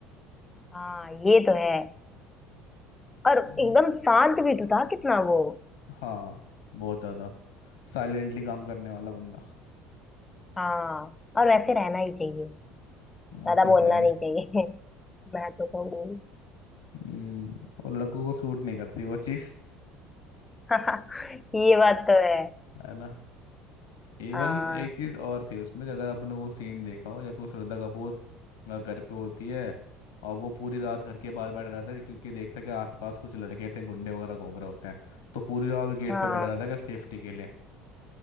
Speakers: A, on the left; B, on the left.
A: हाँ ये तो है और
B: You
A: एकदम
B: know?
A: शांत भी तो था कितना वो
B: हाँ बहुत ज्यादा साइलेंटली काम करने वाला बंदा
A: हाँ और वैसे रहना ही चाहिए ज्यादा
B: वो तो
A: बोलना
B: है
A: नहीं चाहिए <laughs> मैं तो कहूंगी
B: हम्म, और लड़कों को सूट नहीं करती वो चीज
A: <laughs> ये बात तो है
B: <laughs> है ना इवन
A: हाँ
B: एक चीज और थी उसमें अगर आपने वो सीन देखा हो या फिर वो श्रद्धा कपूर अ, घर पे होती है और वो पूरी रात घर के बाहर बैठा रहता है क्योंकि देखता है कि आसपास कुछ लड़के थे गुंडे वगैरह घूम रहे होते हैं तो पूरी रात वो गेट
A: हाँ
B: पे बैठा रहता है क्या सेफ्टी के लिए